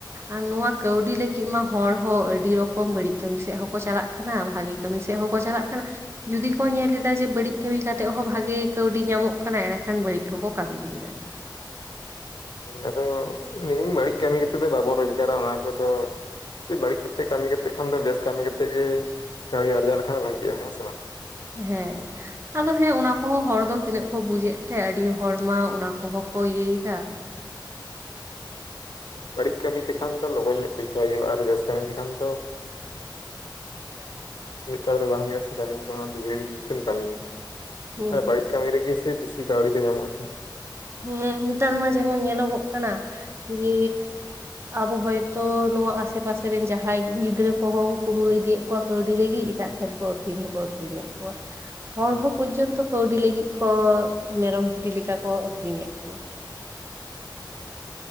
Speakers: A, on the right; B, on the left.
A: ᱟᱨ ᱱᱚᱣᱟ ᱠᱟᱹᱣᱰᱤ ᱞᱟᱹᱜᱤᱫ ᱢᱟ ᱦᱚᱲ ᱦᱚ ᱟᱹᱰᱤ ᱨᱚᱠᱚᱢ ᱵᱟᱹᱲᱤᱡ ᱠᱟᱹᱢᱤ ᱥᱮᱫ ᱦᱚᱸᱠᱚ ᱪᱟᱞᱟᱜ ᱠᱟᱱᱟ ᱵᱷᱟᱜᱤ ᱠᱟᱹᱢᱤ ᱥᱮᱫ ᱦᱚᱸᱠᱚ ᱪᱟᱞᱟᱜ ᱠᱟᱱᱟ ᱡᱩᱫᱤ ᱠᱚ ᱧᱮᱞ ᱮᱫᱟ ᱡᱮ ᱵᱟᱹᱲᱤᱡ ᱠᱟᱹᱢᱤ ᱠᱟᱛᱮᱫ ᱦᱚ ᱵᱷᱟᱜᱮ ᱠᱟᱹᱣᱰᱤ ᱧᱟᱢᱚᱜ ᱠᱟᱱᱟ ᱮᱸᱲᱮᱠᱷᱟᱱ ᱵᱟᱹᱲᱤᱡ ᱦᱚᱸᱠᱚ ᱠᱟᱹᱢᱤ ᱭᱮᱫᱟ
B: ᱟᱫᱚ ᱢᱮᱱᱟᱹᱧ ᱵᱟᱹᱲᱤᱡ ᱠᱟᱹᱢᱤ ᱠᱮᱛᱮ ᱫᱚ ᱵᱟᱵᱚᱱ ᱨᱳᱡᱽᱜᱟᱨᱟ ᱚᱱᱟ ᱠᱚᱫᱚ ᱥᱮ ᱵᱟᱹᱲᱤᱡ ᱠᱟᱛᱮ ᱠᱟᱹᱢᱤ ᱠᱟᱛᱮ ᱠᱷᱚᱱ ᱫᱚ ᱵᱮᱥ ᱠᱟᱹᱢᱤ ᱠᱟᱛᱮ ᱜᱮ ᱠᱟᱹᱣᱲᱤ ᱟᱨᱡᱟᱣ ᱞᱮᱠᱷᱟᱱ ᱵᱷᱟᱜᱤᱜᱼᱟ ᱦᱮᱸ ᱥᱮ ᱵᱟᱝ
A: ᱦᱮᱸ ᱟᱫᱚ ᱦᱮᱸ ᱚᱱᱟ ᱠᱚᱦᱚ ᱦᱚᱲ ᱫᱚ ᱛᱤᱱᱟᱹᱜ ᱠᱚ ᱵᱩᱡᱮᱫ ᱛᱮ ᱟᱹᱰᱤ ᱦᱚᱲᱢᱟ ᱚᱱᱟ ᱠᱚᱦᱚᱸ ᱠᱚ ᱤᱭᱟᱹᱭᱮᱫᱟ
B: ᱵᱟᱹᱲᱤᱡ ᱠᱟᱹᱢᱤ ᱛᱮᱠᱷᱟᱱ ᱫᱚ ᱞᱚᱜᱚᱱ ᱧᱚᱜ ᱯᱚᱭᱥᱟ ᱦᱩᱭᱩᱜᱼᱟ ᱟᱨ ᱵᱮᱥ ᱠᱟᱹᱢᱤ ᱞᱮᱠᱷᱟᱱ ᱫᱚ ᱩᱱᱟᱹᱜ ᱪᱟᱲ ᱫᱚ ᱵᱟᱝ ᱦᱩᱭᱩᱜ-ᱟ ᱥᱮ ᱠᱟᱹᱢᱤ ᱫᱚ ᱚᱱᱟ ᱫᱷᱤᱨᱮ ᱡᱩᱥᱛᱤᱢ ᱠᱟᱹᱢᱤᱭᱟ
A: ᱦᱩᱸ
B: ᱟᱨ ᱵᱟᱹᱲᱤᱡ ᱠᱟᱢᱤ ᱨᱮᱜᱮ ᱥᱮ ᱵᱮᱥᱤ ᱠᱟᱹᱣᱲᱤ ᱫᱚ ᱧᱟᱢᱚᱜ-ᱟ ᱥᱮ
A: ᱦᱮᱸ ᱱᱮᱛᱟᱨ ᱢᱟ ᱡᱮᱢᱚᱱ ᱧᱮᱞᱚᱜᱚᱜ ᱠᱟᱱᱟ ᱡᱮ ᱟᱵᱚ ᱦᱚᱭᱛᱚ ᱱᱚᱣᱟ ᱟᱥᱮ ᱯᱟᱥᱮᱨᱮᱱ ᱡᱟᱦᱟᱭ ᱜᱤᱫᱽᱨᱟᱹ ᱠᱚᱦᱚᱸ ᱠᱚ ᱠᱩᱢᱵᱽᱲᱩ ᱤᱫᱤᱭᱮᱫ ᱠᱚᱣᱟ ᱠᱟᱹᱣᱰᱤ ᱞᱟᱹᱜᱤᱫ ᱮᱴᱟᱜ ᱴᱷᱮᱱ ᱦᱚᱸᱠᱚ ᱟᱹᱠᱷᱨᱤᱧ ᱦᱚᱸᱠᱚ ᱟᱹᱠᱷᱨᱤᱧᱮᱫ ᱠᱚᱣᱟ ᱦᱚᱲ
B: ᱦᱳᱭ
A: ᱦᱚ ᱯᱚᱡᱡᱚᱱᱛᱚ ᱠᱟᱹᱣᱰᱤ ᱞᱟᱹᱜᱤᱫ ᱠᱚ ᱢᱮᱨᱚᱢ ᱵᱷᱤᱰᱤ ᱞᱮᱠᱟ ᱠᱚ ᱟᱠᱷᱨᱤᱧᱮᱫ ᱠᱚᱣᱟ
B: ᱦᱳᱭ